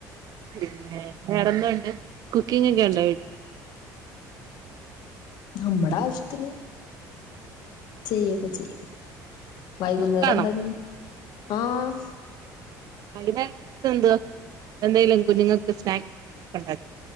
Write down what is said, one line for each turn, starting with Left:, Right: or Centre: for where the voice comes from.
Right: പിന്നെ വേറെന്തുണ്ട് കുക്കിങ് ഒക്കെ ഉണ്ടായിട്ടില്ലേ
Left: നമ്മുടെ ആവശ്യത്തിന് ചെയ്യൊക്കെ ചെയ്യും വൈകുന്നേരം
Right: ഇഷ്ടാണോ
Left: തന്ന ആഹ
Right: അതിനകത്ത് എന്വാ എന്തായാലും കുഞ്ഞുങ്ങൾക്ക് സ്നാക്കൊക്കെ ഉണ്ടാക്കി